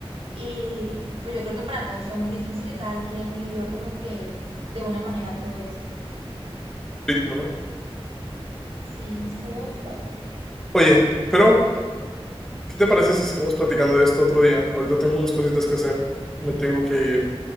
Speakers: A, on the right (about 65°); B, in the centre.
A: y pues yo creo que para todos fue muy difícil y cada quien vivió como que de una manera todo eso.
B: Durísimo, ¿no?
A: Sí, estuvo fuerte.
B: Oye, pero ¿Qué te parece si seguimos platicando de esto otro día? Ahorita tengo unas cositas que hacer me tengo que ir.